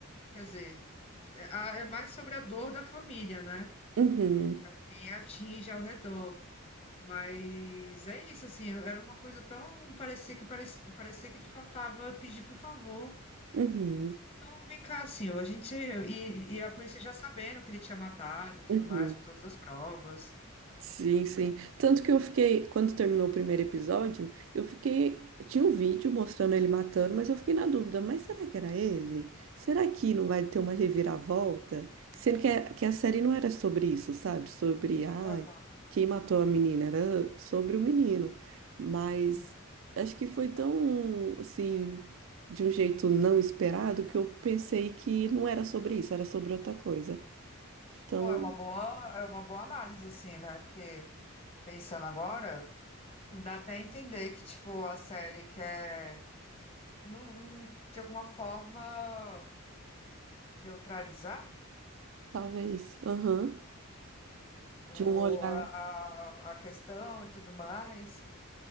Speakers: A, on the left (about 25°); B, on the right (about 65°).
A: quer dizer, é, a- é mais sobre a dor da família, né?
B: Uhum.
A: Quem atinge ao redor. Mas é isso, assim, era uma coisa tão. Parecia que parecia, parecia que te faltava pedir por favor.
B: Uhum.
A: Não, vem cá, assim, a gente. E, e a polícia já sabendo que ele tinha matado e tudo
B: Uhum.
A: mais, com todas as provas.
B: Sim, sim. Tanto que eu fiquei, quando terminou o primeiro episódio, eu fiquei. Tinha um vídeo mostrando ele matando, mas eu fiquei na dúvida, mas será que era ele? Será que não vai ter uma reviravolta? Sendo que a, que a série não era sobre isso, sabe? Sobre, ai,
A: Aham,
B: quem matou a menina, era sobre o menino. Mas
A: sim.
B: acho que foi tão, assim, de um jeito não esperado que eu pensei que não era sobre isso, era sobre outra coisa. Então,
A: Pô, é uma boa, é uma boa análise, assim, né? Porque pensando agora, dá até entender que, tipo, a série quer, num- de alguma forma, neutralizar
B: talvez, aham,
A: ou
B: de um olhar.
A: a, a a questão e tudo mais.